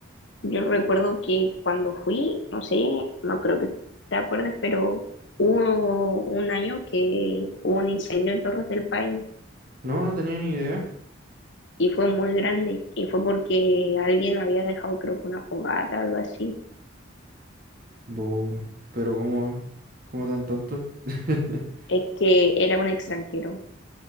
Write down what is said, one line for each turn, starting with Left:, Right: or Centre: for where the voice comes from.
Left: yo recuerdo que cuando fui, no sé, no creo que te acuerdes, pero hubo un año que hubo un incendio en Torres del Paine
Right: No, no tenía ni idea.
Left: y fue muy grande y fue porque alguien había dejado creo que una fogata o algo así.
Right: Bo, pero como, como tan tonto. <laughs>
Left: Es que era un extranjero